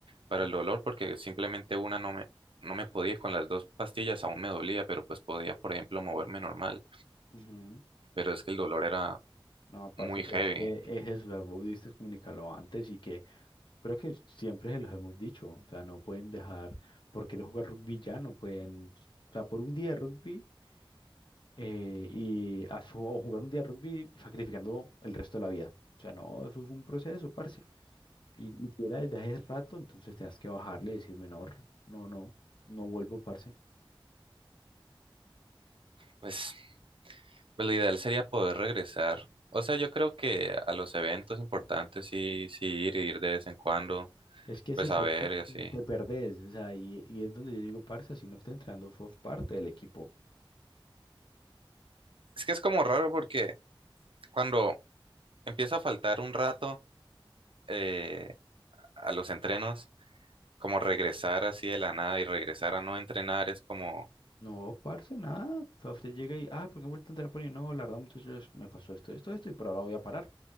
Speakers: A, on the right (about 70°); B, on the left (about 60°).
A: para
B: Mm,
A: el dolor porque simplemente una no me, no me podía y con las dos pastillas, aún me dolía, pero pues podía, por ejemplo, moverme normal,
B: ujú.
A: pero es que el dolor era
B: No, parce,
A: muy
B: pero
A: heavy.
B: es que es eso, o sea, vos diste comunicarlo antes y que Creo que siempre se los hemos dicho, o sea, no pueden dejar, por querer jugar rugby ya, no pueden, o sea, por un día de rugby eh, y a su- o jugar un día de rugby sacrificando el resto de la vida. O sea, no, eso fue un proceso, parce. Y, y si era desde hace rato, entonces tenías que bajarle y decirme, no, r- no, no, no vuelvo, parce.
A: Pues, pues lo ideal sería poder regresar. O sea, yo creo que a los eventos importantes sí, sí ir, ir de vez en cuando,
B: Es que ese
A: pues
B: es
A: a
B: eso,
A: ver
B: que
A: y así.
B: te perdés, o sea, y, y es donde yo digo, parce, si no está entrenando, sos parte del equipo.
A: Es que es como raro porque cuando empieza a faltar un rato eh, a los entrenos, como regresar así de la nada y regresar a no entrenar es como...
B: No, parce, nada. O sea, usted llega y, ah, ¿por qué he vuelto a entrar por ahí? No, la verdad, muchachos, me pasó esto, esto, esto, y por ahora voy a parar.